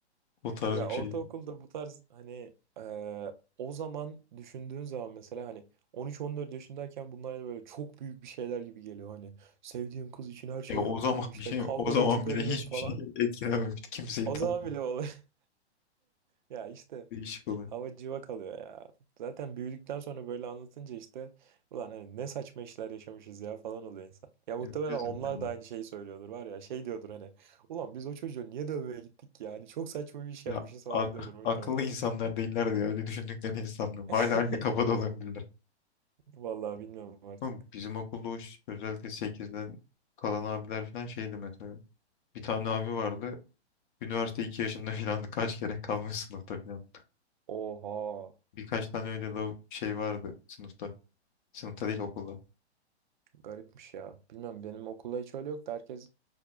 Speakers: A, on the left; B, on the right.
A: O tarz
B: Ya
A: bir şey.
B: ortaokulda bu tarz hani eee, o zaman düşündüğün zaman mesela hani 13-14 yaşındayken bunlar hani böyle çok büyük bir şeyler gibi geliyor. Hani sevdiğim kız için her şey
A: Ya o
B: yaparım
A: zaman
B: işte
A: bir şey
B: kavgada
A: mi? O zaman
B: Doğru. çıkarırım
A: bile hiçbir
B: falan.
A: şey etkilememişti. Kimseyi
B: O
A: tam
B: zaman bile olur. <laughs> Ya işte
A: Değişik oluyor.
B: hava civa kalıyor ya. Zaten büyüdükten sonra böyle anlatınca işte ulan hani ne saçma işler yaşamışız ya falan oluyor insan. Ya muhtemelen
A: Yapıyor
B: onlar
A: zaten ya.
B: da aynı şeyi söylüyordur var ya şey diyordur hani ulan biz o çocuğu niye dövmeye gittik ki yani çok saçma bir iş
A: Ya
B: yapmışız falan
A: ak-
B: diyordur muhtemelen.
A: akıllı insanlar değiller diye öyle düşündüklerini hiç sanmıyorum. Hala
B: <laughs>
A: aynı kafada olabilirler.
B: Vallahi bilmiyorum artık.
A: Oğlum Bizim okulda o ş- özellikle sekizden kalan abiler falan şeydi mesela. Bir tane abi vardı. Üniversite 2 yaşında falan <laughs> kaç kere kalmış sınıfta falan.
B: Oha.
A: Birkaç tane öyle lav- şey vardı sınıfta. Sınıfta değil okulda.
B: Garipmiş ya. Bilmem benim okulda hiç öyle yoktu. Herkes